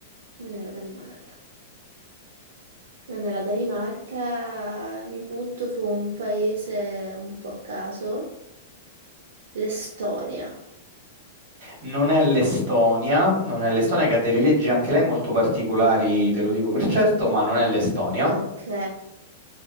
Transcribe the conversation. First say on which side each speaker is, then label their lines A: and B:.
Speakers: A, on the right; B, on the right.
A: Non era Danimarca. No, Nella Danimarca mi butto su un paese un po' a caso, l'Estonia.
B: non è l'Estonia, non è l'Estonia che ha delle leggi anche lei molto particolari, te lo dico per certo, ma non è l'Estonia.
A: Ok,